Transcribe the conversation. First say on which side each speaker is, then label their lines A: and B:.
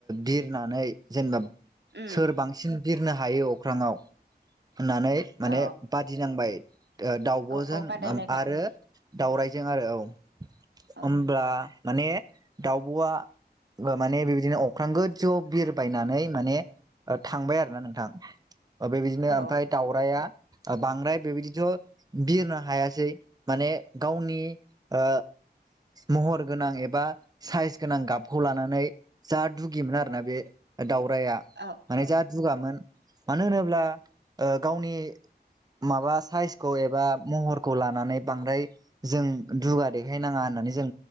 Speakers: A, on the right; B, on the right.
A: बिरनानै जेनेबा
B: उम
A: सोर बांसिन बिरनो हायो अख्रांङाव होननानै माने
B: औ
A: बादिनांबाय दाउब'जों
B: औ औ बादायलायबाय
A: आरो
B: उम
A: दावरायजों आरो औ
B: औ
A: होनब्ला माने दावब'आ माने बेबायदिनो अख्रां गोजआव बिरबायनानै माने थांबाय आरो ना नोंथां बेबायदिनो
B: औ
A: ओमफ्राय दाउराइआ बांद्राय बेबायदिथ' बिरनो हायासै माने गावनि ओ महर गोनां एबा साइज गोनां गाबखौ लानानै जा दुगिमोन आरोना बे दावरायआ
B: औ
A: माने
B: औ
A: जा जुगामोन मानो होनोब्ला गावनि माबा साइस खौ एबा महरखौ लानानै बांद्राय जों दुगा देखायनाङा होननानै जों